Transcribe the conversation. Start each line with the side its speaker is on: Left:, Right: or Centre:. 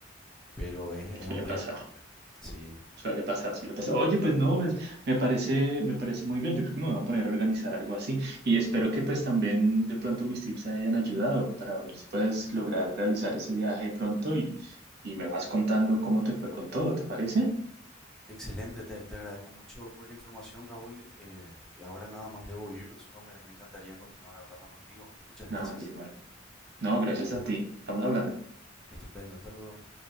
Centre: pero es, es
Right: suele
Centre: un río
Right: pasar,
Centre: enorme, sí.
Right: suele pasar, suele pasar. Oye, pues no, pues, me parece, me parece muy bien. Yo creo que me voy a poner a organizar algo así. Y espero que pues también de pronto mis tips te hayan ayudado para después lograr realizar ese viaje pronto y, y me vas contando cómo te fue con todo, ¿te parece?
Centre: Excelente, te, te agradezco mucho por la información, Raúl. Eh, ahora nada más debo irme, o si no, me, me encantaría continuar hablando contigo. Muchas
Right: No,
Centre: gracias.
Right: ya igual. No, gracias
Centre: Ah,
Right: a ti. Estamos hablando.
Centre: estupendo, hasta luego.